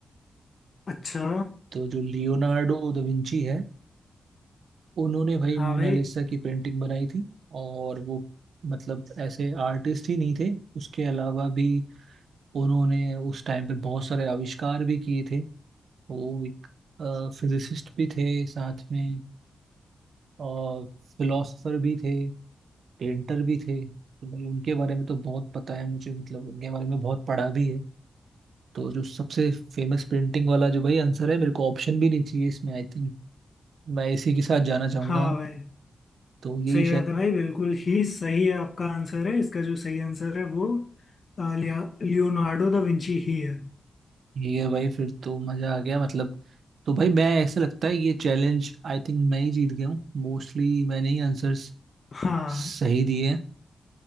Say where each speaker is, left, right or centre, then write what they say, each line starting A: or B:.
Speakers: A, on the left (about 40°); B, on the right (about 65°).
A: अच्छा
B: तो जो लियोनार्डो दा विंची है उन्होंने भाई
A: हाँ
B: मोनालिसा
A: भाई
B: की पेंटिंग बनाई थी और वो मतलब ऐसे आर्टिस्ट ही नहीं थे उसके अलावा भी उन्होंने उस टाइम पे बहुत सारे आविष्कार भी किए थे वो एक फिजिसिस्ट भी थे साथ में और फिलोसफर भी थे पेंटर भी थे तो भाई उनके बारे में तो बहुत पता है मुझे मतलब उनके बारे में बहुत पढ़ा भी है तो जो सबसे फेमस पेंटिंग वाला जो भाई आंसर है मेरे को ऑप्शन भी नहीं चाहिए इसमें आई थिंक मैं इसी के साथ जाना चाहूंगा
A: हाँ भाई
B: तो यही
A: सही बात
B: शायद
A: है भाई बिल्कुल ही सही है आपका आंसर है इसका जो सही आंसर है वो अ, लिया लियोनार्डो दा विंची ही है
B: ये है भाई फिर तो मजा आ गया मतलब तो भाई मैं ऐसा लगता है ये चैलेंज आई थिंक मैं ही जीत गया हूँ मोस्टली मैंने ही आंसर्स
A: हाँ
B: सही दिए हैं